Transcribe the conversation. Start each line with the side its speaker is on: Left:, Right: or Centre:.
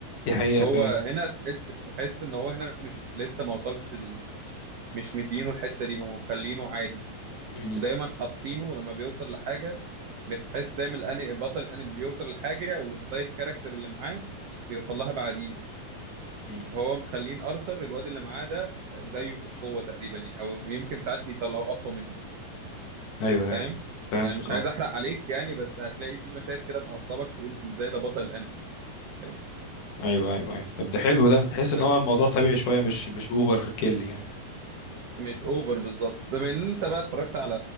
Left: دي حقيقة
Right: هو
Left: فعلا
Right: هنا تحس تحس إن هو هنا مش لسه ما وصلش ال... مش مدينه الحتة دي هم مخلينه عادي
Left: م- م.
Right: ودايما حاطينه لما بيوصل لحاجة بتحس دايما الأني... بطل الأنمي بيوصل لحاجة والسايد كاركتر اللي معاه بيوصل لها بعديه
Left: م. م.
Right: هو مخلين أرثر الواد اللي معاه ده زيه في القوة تقريبا يعني أو يمكن ساعات بيطلعوا أقوى منه
Left: ايوه
Right: فاهم
Left: ايوه فهمتك
Right: يعني مش
Left: اه
Right: عايز احرق عليك يعني بس هتلاقي في مشاهد كده تعصبك تقول ازاي ده بطل الانمي فاهم
Left: ايوه ايوه ايوه طب ده حلو ده تحس
Right: بس
Left: ان هو الموضوع طبيعي شوية مش مش اوفر كيل يعني
Right: مش اوفر بالظبط بما ان انت بقى اتفرجت على